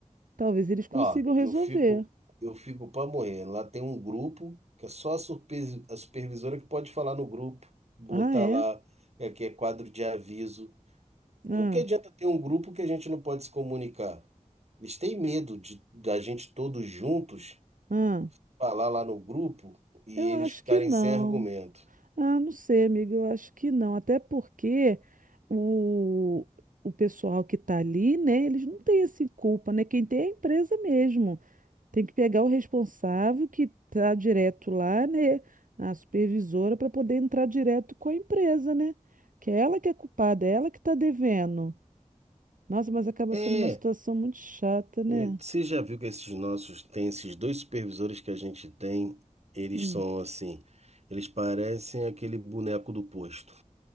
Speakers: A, on the right; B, on the right.
A: Talvez eles consigam
B: Ó,
A: resolver.
B: eu fico, eu fico pra morrer. Lá tem um grupo que é só a, supervi- a supervisora que pode falar no grupo, botar
A: Ah, é?
B: lá, é que é quadro de aviso. O
A: Ah,
B: que adianta ter um grupo que a gente não pode se comunicar? Eles têm medo de da gente todos juntos
A: ah.
B: falar lá no grupo e
A: Eu
B: eles
A: acho
B: ficarem
A: que não.
B: sem argumento.
A: Ah, não sei, amigo, eu acho que não. Até porque o, o pessoal que está ali, né, eles não têm assim culpa, né? Quem tem é a empresa mesmo. Tem que pegar o responsável que está direto lá, né, a supervisora, para poder entrar direto com a empresa, né? Que é ela que é culpada, é ela que está devendo. Nossa, mas acaba
B: É,
A: sendo uma situação muito chata, né?
B: e você já viu que esses nossos, tem esses dois supervisores que a gente tem, eles
A: Hum,
B: são assim, eles parecem aquele boneco do posto.